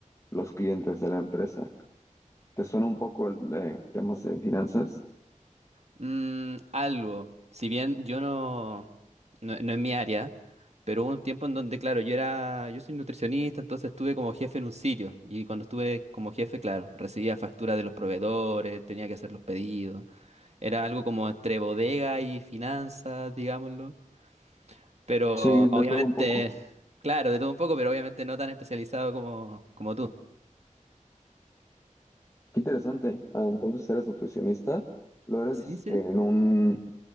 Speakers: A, on the left; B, on the right.
A: los clientes de la empresa. ¿Te suena un poco el de temas de finanzas?
B: Mm, algo. Si bien yo no, no, no es mi área, pero hubo un tiempo en donde, claro, yo era, yo soy nutricionista, entonces estuve como jefe en un sitio. Y cuando estuve como jefe, claro, recibía facturas de los proveedores, tenía que hacer los pedidos. Era algo como entre bodega y finanzas, digámoslo. Pero
A: Sí, de
B: obviamente,
A: todo un poco.
B: claro, de todo un poco, pero obviamente no tan especializado como, como tú.
A: Qué interesante. Ah, Entonces eres nutricionista, lo eres
B: Sí, sí.
A: eh, en un,